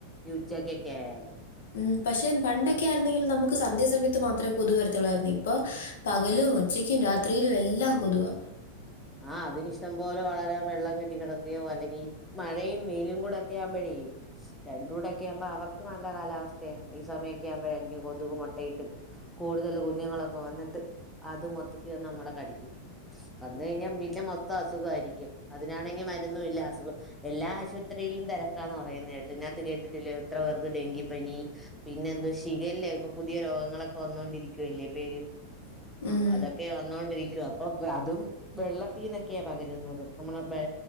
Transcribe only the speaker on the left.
മ്മ് പക്ഷെ പണ്ടൊക്കെ ആരുന്നെങ്കിലും നമുക്ക് സന്ധ്യാസമയത്ത് മാത്രമേ കൊതു വരുത്തുളളായിരുന്നു ഇപ്പൊ പകലും ഉച്ചക്കും രാത്രിയിലും എല്ലാം കൊതുവാ
കൊതുവാണ്